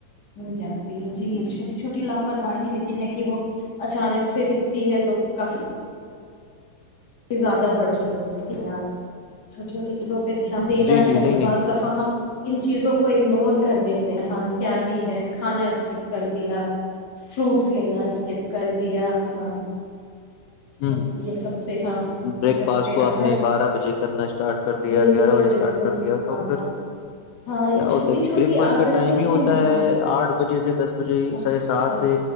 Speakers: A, on the left; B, on the left.
A: ہو جاتی ہے جی چھوٹی چھوٹی لاپرواہی لیکن ہے کہ وہ اچانک سے دکھتی ہے تو کافی زیادہ بڑھتیی ہوتی ت چھوٹی چھوٹی چیزوں پہ دھیان دینا
B: جی جی
A: چاہے
B: نہیں نہیں
A: بعض دفعہ ہم ان چیزوں کو اگنور کر دیتے ہیں ہاں کیا ہی ہے کھانا اسکپ کر دیا فروٹس لینا اسکپ کر دیا ہاں
B: ہ
A: تو یہ سب سے ہاں
B: بریک
A: صحت
B: فاسٹ
A: پہ
B: کو
A: اثر
B: آپ نے بارہ بجے کرنا اسٹارٹ کر دیا
A: بالکل
B: گیارہ بجے اسٹارٹ
A: بالکل
B: کر دیا تو
A: ہاں
B: پھر
A: ہاں
B: کیا
A: ہاں یہ
B: ہوتا
A: چھوٹی
B: ہے کہ
A: چھوٹی
B: بریک فاسٹ
A: عادتیں
B: کا ٹائم ہی ہوتا
A: ہیں
B: ہے
A: ہاں
B: آٹھ بجے سے دس بجے
A: ہاں
B: س سات
A: بس
B: سے